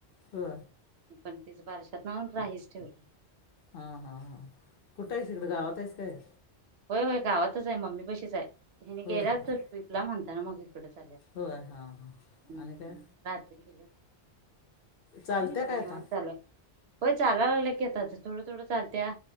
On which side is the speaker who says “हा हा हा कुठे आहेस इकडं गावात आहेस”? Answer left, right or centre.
Left